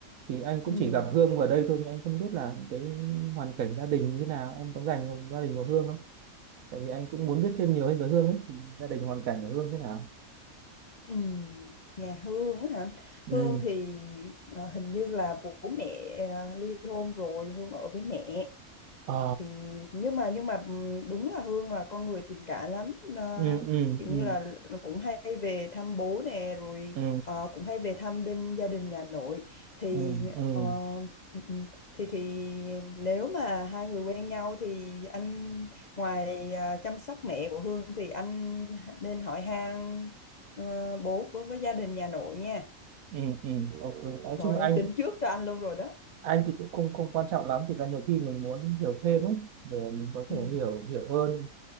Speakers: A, on the right; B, on the left.
A: Thì anh cũng
B: Ừm.
A: chỉ gặp Hương vào đây thôi nhưng anh không biết là cái hoàn cảnh gia đình như thế nào em có dành gia đình của Hương không? Tại vì anh cũng muốn biết thêm nhiều hơn về Hương ấy, thì gia đình hoàn cảnh của Hương thế nào?
B: Ừ, nhà Hương á hả?
A: ừ
B: Hương thì ờ, hình như là bố mẹ ờ, ly hôn rồi, Hương ở với mẹ.
A: ờ
B: Thì nhưng mà nhưng mà ừm, đúng là Hương là con người tình cảm lắm. Ờ,
A: ừ ừ
B: kiểu
A: ừ
B: như là cũng hay về thăm bố nè, rồi
A: ừ
B: ờ, cũng hay về thăm bên gia đình nhà nội. Thì
A: ừ ừ
B: ờ, ừ, ừ, thì thì nếu mà hai người quen nhau thì anh ngoài ờ, chăm sóc mẹ của Hương thì anh nên hỏi han Ờ, bố với với gia đình nhà nội nha
A: ừ ừ ok nói
B: trời
A: chung
B: ơi,
A: anh
B: em tính trước cho anh luôn rồi đó
A: anh thì cũng không không quan trọng lắm thực ra nhiều khi mình muốn hiểu thêm ấy để mình có
B: ừ.
A: thể hiểu hiểu hơn